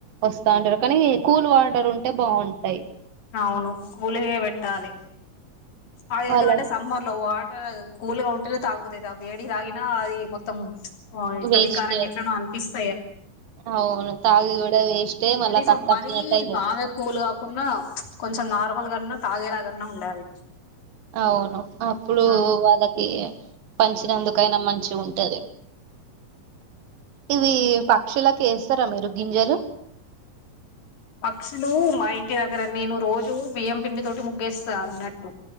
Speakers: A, on the right; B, on the left.
A: వస్తా ఉంటారు కానీ కూల్ వాటర్ ఉంటే బాగుంటాయి
B: అవును కూల్ యే పెట్టాలి అది
A: వాళ్ళ
B: ఎందుకంటే సమ్మర్ లో వాటర్ కూల్గా ఉంటేనే తాగబుద్దయిది ఆ వేడి తాగినా అది మొత్తం ఇట్లా
A: వేస్టే
B: వికారంగా ఎట్నో అనిపిస్తది
A: అవును తాగి కూడా వేస్టే
B: కనీసం
A: మళ్ళా కక్కచ్చినట్టు
B: మరి
A: అయితది
B: బాగా కూలుగా కున్నా కొంచెం నార్మల్ గా అన్నా తాగేలాగాన్నా ఉండాలి
A: అవును అప్పుడు
B: ఆ
A: వాళ్ళకి పంచినందుకైనా మంచిగ ఉంటది ఇవి పక్షులకి వేస్తారా మీరు గింజలు
B: పక్షులు మా ఇంటి నేను రోజు బియ్యం పిండి తోటి ముగ్గేస్తాను అన్నట్టు